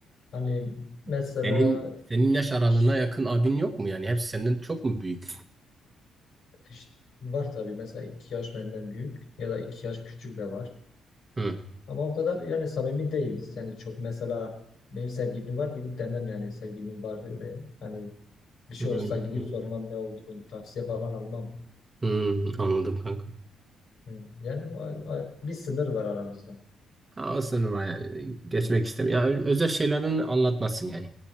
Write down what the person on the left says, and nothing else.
Hani mesela
ş-
ş- var tabii mesela iki yaş benden büyük ya da iki yaş küçük de var.
Ama o kadar yani samimi değiliz. Yani çok mesela benim sevgilim var gidip demem yani sevgilim var öyle. Hani bir şey
olsa gidip sormam ne olduğunu tavsiye falan almam.
Hı. Yani o, o- bir sınır var aramızda.